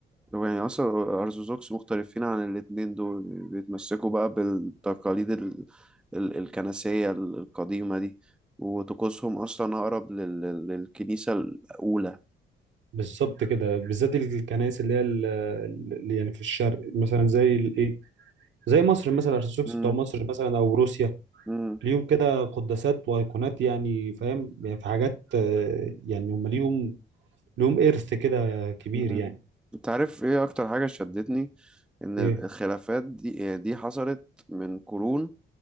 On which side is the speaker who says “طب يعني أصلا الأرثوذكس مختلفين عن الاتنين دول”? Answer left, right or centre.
Centre